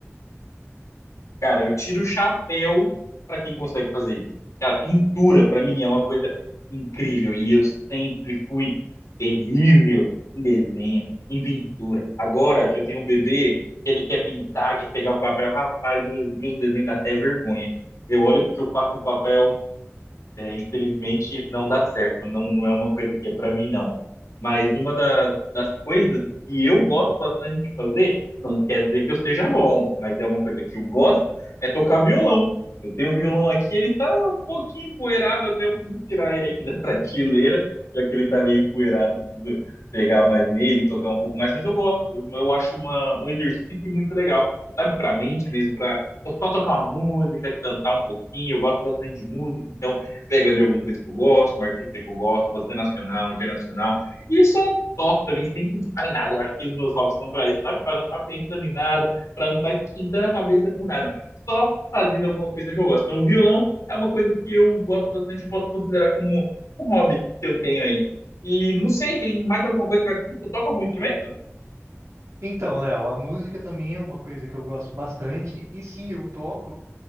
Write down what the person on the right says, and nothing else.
Então, Léo, a música também é uma coisa que eu gosto bastante, e sim, eu toco